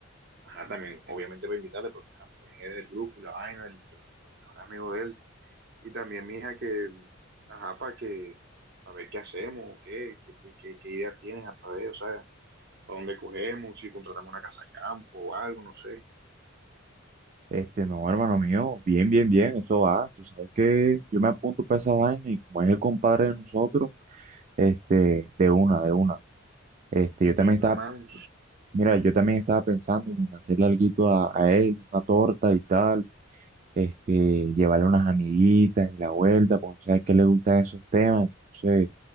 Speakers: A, on the right; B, on the right.
A: ajá, también, obviamente voy a invitarte porque, ajá, tú también eres del grupo y la vaina, el, tu- tu mejor amigo de él. Y también, mija, que, ajá, para que, para ver qué hacemos, qué, qué, qué, qué idea tienes, para ver, o sea. para dónde cogemos, si contratamos una casa campo o algo, no sé.
B: Este, no, hermano mío, bien, bien, bien, eso va. Tú sabes que yo me apunto para esa vaina y como es el compadre de nosotros, este, de una, de una. Este, yo
A: Listo,
B: también estaba,
A: hermano.
B: mira, yo también estaba pensando en hacerle alguito a, a él, una torta y tal, este, llevarle unas amiguitas y la vuelta, porque tú sabes que le gustan esos temas. Entonces,